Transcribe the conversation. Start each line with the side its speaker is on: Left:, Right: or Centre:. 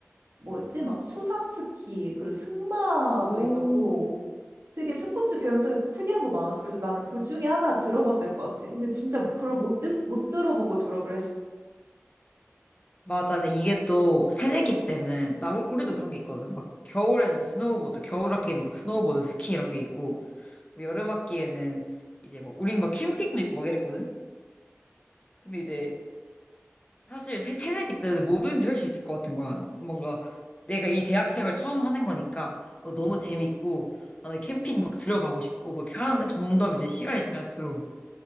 Right: 뭐였지? 막 수상 스키, 그리고 승마도
Left: 오,
Right: 있었고. 되게 스포츠 교환수업 특이한 거 많았어. 그래서 나는 그 중에 하나 들어봤을 것 같아. 근데 진짜 뭐- 그걸 못, 듣, 못 들어보고 졸업을 했어.
Left: 맞아. 근데 이게 또 새내기 때는 나 우- 우리도 그런 게 있거든. 막 겨울에는 스노우보드, 겨울 학기에는 막 스노우보드, 스키 이런 게 있고 뭐 여름 학기에는 이제 뭐 우린 막 캠핑도 있고 막 이랬거든. 근데 이제 사실 새- 새내기 때는 뭐든지 할 수 있을 것 같은 거야. 뭔가 내가 이 대학생활 처음 하는 거니까 뭐 너무 재밌고 나는 캠핑 막 들어가고 싶고 막 이렇게 하는데 점점 이제 시간이 지날수록